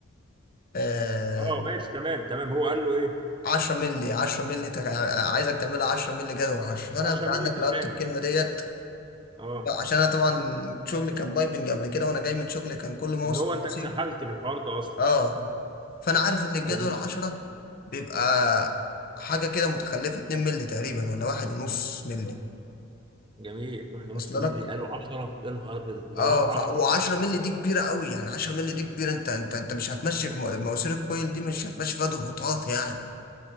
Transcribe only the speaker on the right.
اه ماشي تمام تمام هو قال له ايه
10
مللي تخانه
اه
اللي
هو انت
اتسحلت في الحوار ده اصلا
جميل
جميل واحد ونص
مللي
قالوا 10 يا نهار ابيض ضربها
في
10